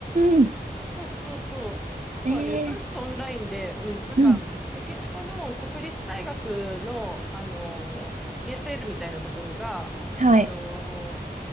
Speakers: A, on the right (about 50°); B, in the centre.
A: うん。
B: そうそうそう。なんかね、
A: えー、
B: それこそオンラインで、うん、なんか、
A: うん。
B: メキシコの国立大学の、あの、ESL みたいなところが、
A: はい。
B: あの、